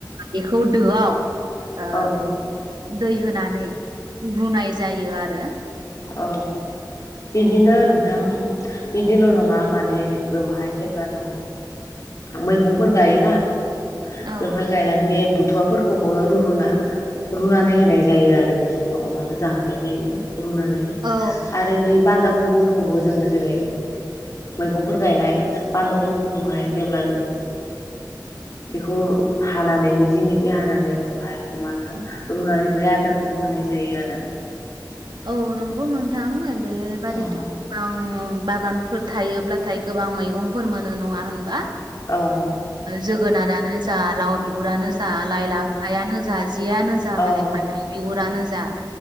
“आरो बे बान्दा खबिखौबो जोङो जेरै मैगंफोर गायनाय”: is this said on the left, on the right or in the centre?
Left